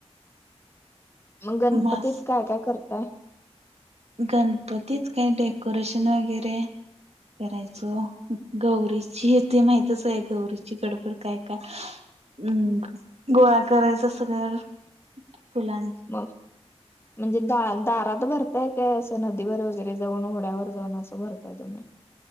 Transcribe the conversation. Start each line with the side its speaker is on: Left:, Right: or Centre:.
Left: मंग गणपतीत
Right: मस्
Left: काय काय करताय?
Right: गणपतीत काय डेकोरेशन वगैरे करायचो गौरीचीय ते माहितच आहे गौरीची गडबड काय काय हम्म गोळा करायचा सगळ्याला फुलां
Left: मग म्हणजे दा दारात भर ताय काय असं नदीवर वगैरे जाऊन ओड्यावर जाऊन असं भरताय तुम्ही?